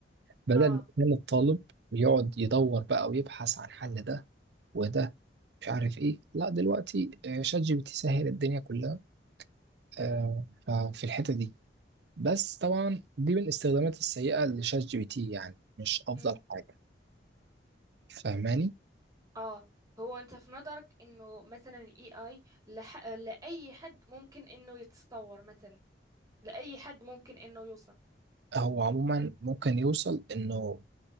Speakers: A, on the right; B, on the right.
A: بدل
B: اه
A: ما كان الطالب يقعد يدور بقى ويبحث عن حل ده وده مش عارف ايه لا دلوقتي آه، شات جي بي تي سهل الدنيا كلها آه،
B: امم
A: ففي الحتة دي بس طبعا دي من الاستخدامات السيئة لشات جي بي تي يعني مش افضل
B: امم
A: حاجة فاهماني
B: اه هو انت في نظرك انه مثلا الاي اي لح... لاي حد ممكن انه يتطور مثلا لاي حد ممكن انه يوصل
A: هو عموما ممكن يوصل انه